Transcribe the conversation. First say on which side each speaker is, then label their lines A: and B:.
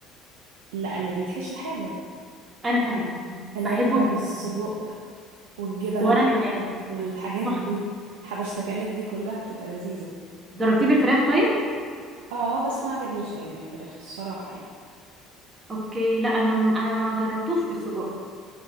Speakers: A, on the right (about 80°); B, on the right (about 30°).
A: لا اللي بيتحشي حاجة
B: انا كمان
A: اللي
B: بحبه
A: هو بيبقى
B: جدا
A: بالسجق والجبن
B: وانا كمان
A: والحاجات
B: تحفه
A: دي الحبشتكنات دي كلها بتبقى لذيذة
B: جربتيه بالفراخ طيب
A: اه بس ما عجبنيش قوي بالفراخ الصراحة يعني
B: اوكي لا انا انا ما جربتوش بالسجق